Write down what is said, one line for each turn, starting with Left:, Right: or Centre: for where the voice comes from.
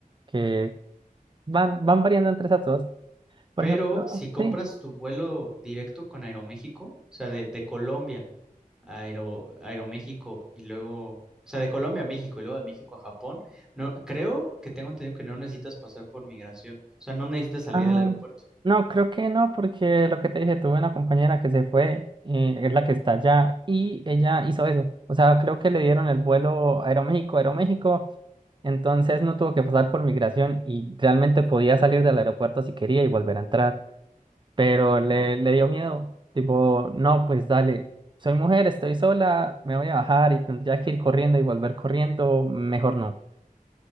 Right: que van, van variando entre esas dos. Por
Centre: Pero
Right: ejemplo,
Centre: si compras
Right: sí.
Centre: tu vuelo directo con Aeroméxico, o sea, de, de Colombia a Aero- Aeroméxico y luego, o sea, de Colombia a México y luego de México a Japón, no, creo que tengo entendido que no necesitas pasar por migración, o sea, no necesitas salir
Right: Ah,
Centre: del aeropuerto,
Right: no, creo que no, porque lo que te dije, tuve una compañera que se fue, eh, es la que está allá, y ella hizo eso. O sea, creo que le dieron el vuelo Aeroméxico, Aeroméxico, entonces no tuvo que pasar por migración y realmente podía salir del aeropuerto si quería y volver a entrar. Pero le,
Centre: ¿no?
Right: le dio miedo, tipo, no, pues dale, soy mujer, estoy sola, me voy a bajar y tendría que ir corriendo y volver corriendo, mejor no.